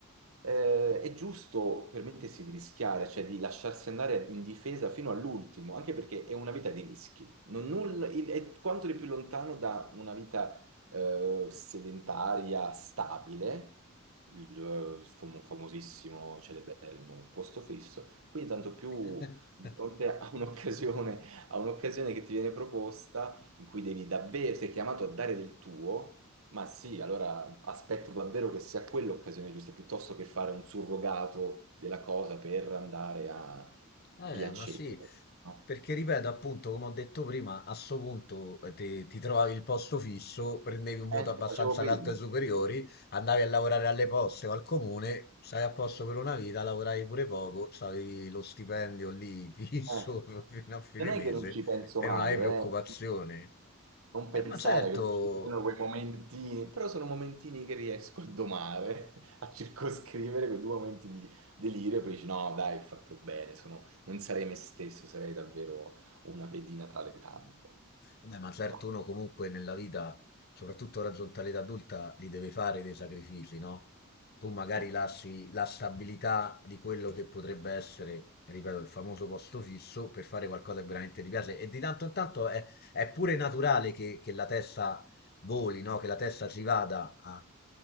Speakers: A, on the right; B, on the left.
A: eh, è giusto permettersi di rischiare, cioè di lasciarsi andare in difesa fino all'ultimo, anche perché è una vita di rischi. Non nulla- il- è quanto di più lontano da una vita eh, sedentaria stabile, il eh, fam- famosissimo celeberrimo posto fisso, quindi tanto più
B: <laughs>
A: di fronte a <laughs> un'occasione a un'occasione che ti viene proposta in cui devi davvero, sei chiamato a dare del tuo, ma sì, allora aspetto davvero che sia quella l'occasione giusta, piuttosto che fare un surrogato della cosa per andare a
B: Eh,
A: piacere,
B: ma sì,
A: no?
B: perché ripeto, appunto, come ho detto prima, a sto punto eh, ti, ti trovavi il posto fisso, prendevi un voto
A: Eh,
B: abbastanza
A: facevo prima,
B: alto ai superiori, andavi a lavorare alle poste o al comune, stavi a posto per una vita, lavoravi pure poco, stavi lo stipendio lì <laughs> fisso
A: eh.
B: fino a fine
A: Non è
B: mese
A: che non ci penso
B: e
A: mai,
B: non avevi preoccupazioni.
A: eh. Non pensare
B: Eh, ma certo,
A: che ci siano quei momentini, però sono momentini che riesco a domare, <laughs> a circoscrivere quei due momenti di delirio, poi dici no, dai, ho fatto bene, sono- non sarei me stesso, sarei davvero una pedina tra le tante.
B: Vabbè, ma certo
A: No.
B: uno comunque nella vita, soprattutto raggiunta l'età adulta, li deve fare dei sacrifici, no? Tu magari
A: Eh,
B: lasci la stabilità di quello che potrebbe essere, ripeto, il famoso posto fisso per fare qualcosa che veramente ti piace. E di tanto in tanto è, è pure naturale che, che la testa voli, no? Che la testa ci vada a,